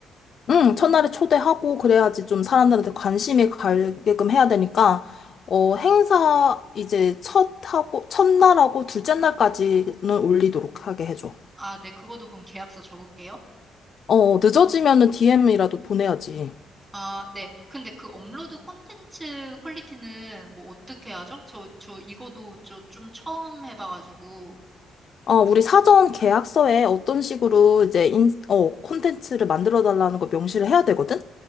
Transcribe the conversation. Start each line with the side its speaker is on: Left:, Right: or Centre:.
Left: 응, 첫날에 초대하고 그래야지 좀 사람들한테 관심이 가게끔 해야 되니까, 어, 행사 이제 첫 하고, 첫날하고 둘째 날까지는 올리도록 하게 해줘.
Right: 아, 네, 그거도 그럼 계약서 적을게요.
Left: 어, 어, 늦어지면은 DM이라도 보내야지.
Right: 아, 네. 근데 그 업로드 콘텐츠 퀄리티는 뭐 어떻게 하죠? 저, 저 이거도 저 좀 처음 해봐가지고.
Left: 어, 우리 사전 계약서에 어떤 식으로 이제 인, 어, 콘텐츠를 만들어 달라는 거 명시를 해야 되거든?